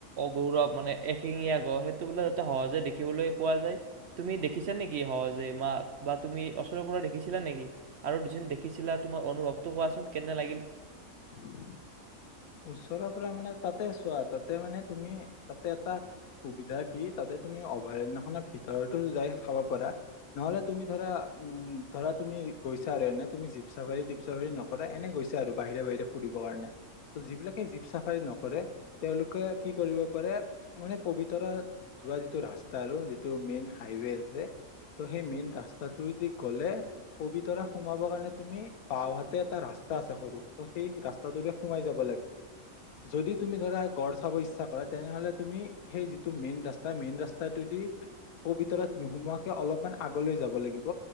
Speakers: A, on the right (about 60°); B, on the left (about 85°).
A: গৌৰৱ মানে এশিঙীয়া গড় সেইটো বোলে তাতে সহজে দেখিবলৈ পোৱা যায়। তুমি দেখিছা নেকি সহজে? মা বা তুমি ওচৰৰ পৰা দেখিছিলা নেকি? আৰু <unintelligible> দেখিছিলা তোমাৰ অনুভৱটো কোৱাচোন? কে ন <unintelligible> লাগিল
B: উম ওচৰৰ পৰা মানে তাতে চোৱা তাতে মানে তুমি তাতে এটা সুবিধা কি তাতে তুমি অভয়াৰণয়খনৰ ভিতৰতো যাই খাব পাৰা নহলে তুমি ধৰা উম ধৰা তুমি গৈছা আৰু এনে তুমি জীপচাফাৰী টিপচাফাৰী নকৰা এনে গৈছা আৰু বাহিৰে বাহিৰে ফুৰিব কাৰণে ত যিবিলাকে জীপ চাফাৰী নকৰে তেওঁলোকে কি কৰিব পাৰে মানে পবিতৰা যোৱা যিটো ৰাস্তা আৰু যিটো মেইন হাইৱে আছে ত সেই মেইন ৰাস্তাটোদি গলে পবিতৰা সোমাব কাৰণে তুমি বাও হাতে এটা ৰাস্তা আছে সৰু ত সেই ৰাস্তাটো সমাই যাব যদি তুমি ধৰা গড় চাব ইচ্ছা কৰা তেনেহলে তুমি সেই যিটো মেইন ৰাস্তা মেইন ৰাস্তাটোদি পবিতৰত নোসুমোৱাকে অলপমান আগলৈ যাব লাগিব